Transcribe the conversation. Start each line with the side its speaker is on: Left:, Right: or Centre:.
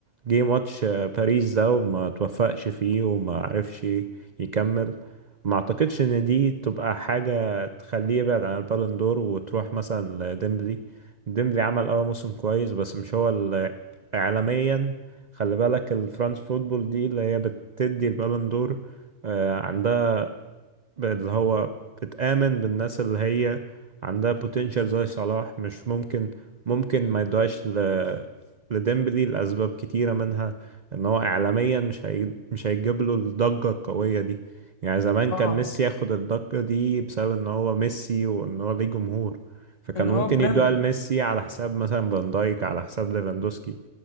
Right: جه ماتش آه، باريس ده وما توفقش فيه وما عرفش يكمل ما اعتقدش ان دي تبقى حاجة تخليه يبعد عن البالون دور وتروح مثلا لديمبلي ديمبلي عمل اه موسم كويس بس مش هو اللي عالميا خلي بالك الفرنس فوتبول دي اللي هي بتدي البالون دور آه، عندها بقت اللي هو بتآمن بالناس اللي هي عندها potential زي صلاح مش ممكن ممكن ما يدوهاش ل... لديمبلي لأسباب كتيرة منها إن هو إعلاميا مش هي... مش هيجيب له الضجة القوية دي يعني زمان
Left: اه
Right: كان ميسي ياخد الضجة دي بسبب إن هو ميسي وإن هو ليه جمهور فكانوا
Left: ان هو
Right: ممكن
Left: براند
Right: يدوها لميسي على حساب مثلا فان دايك على حساب ليفاندوسكي